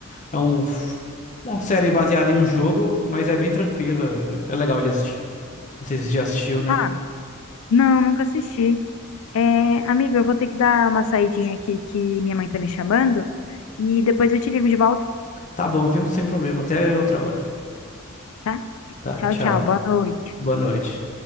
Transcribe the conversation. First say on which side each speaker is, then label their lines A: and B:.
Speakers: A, on the left; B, on the left.
A: É um, f- uma série baseada em um jogo, mas é bem tranquila. É legal de assistir. Não sei se você já assistiu, né?
B: ah, não, nunca assisti. É, amigo, eu vou ter que dar uma saidinha aqui que minha mãe tá me chamando e depois eu te ligo de volta,
A: Tá bom, viu? Sem problema. Até outra hora.
B: tá?
A: Tá,
B: Tchau,
A: tchau.
B: tchau. Boa noite.
A: Boa noite.